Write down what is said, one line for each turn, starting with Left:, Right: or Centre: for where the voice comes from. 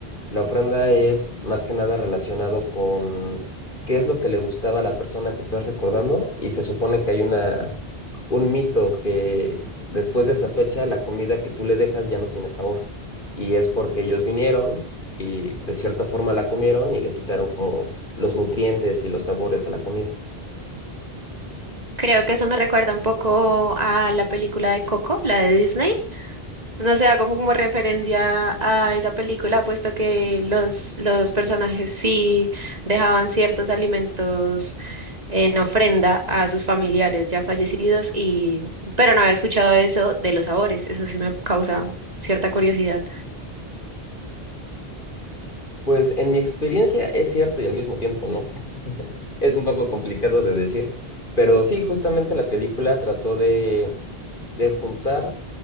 Left: La ofrenda es más que nada relacionado con qué es lo que le gustaba a la persona que estás recordando y se supone que hay una, un mito que después de esa fecha la comida que tú le dejas ya no tiene sabor y es porque ellos vinieron y de cierta forma la comieron y le quitaron como los nutrientes y los sabores a la comida.
Right: Creo que eso me recuerda un poco a la película de Coco, la de Disney, No sé, hago como como referencia a esa película, puesto que los, los personajes sí dejaban ciertos alimentos en ofrenda a sus familiares ya fallecidos, y, pero no había escuchado eso de los sabores, eso sí me causa cierta curiosidad.
Left: Pues en mi experiencia es cierto y al mismo tiempo, ¿no? Es un poco complicado de decir, pero sí, justamente la película trató de, de juntar